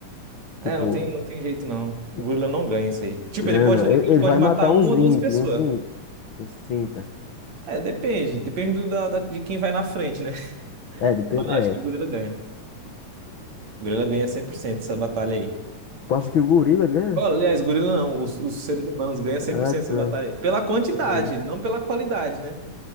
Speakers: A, on the left; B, on the right.
A: tipo,
B: É, não tem, não tem jeito não.
A: ent-
B: O gorila não ganha isso aí. Tipo,
A: ganha
B: ele pode,
A: não.
B: ele
A: Ele, ele
B: pode
A: vai
B: matar
A: matar uns
B: uma ou
A: 20
B: duas pessoas.
A: uns vinte uns trinta
B: É, depende. Depende do, da, da- de quem vai na frente, né? <laughs>
A: É, depende.
B: Mas acho
A: É.
B: que o gorila ganha. O gorila ganha 100% essa batalha aí.
A: Tu acha que o gorila ganha?
B: Olha, Aliás, gorila não, os, os seres humanos ganham cem
A: Ah,
B: por cento
A: tá.
B: essa batalha. aí. Pela quantidade,
A: Os homens.
B: não pela qualidade, né?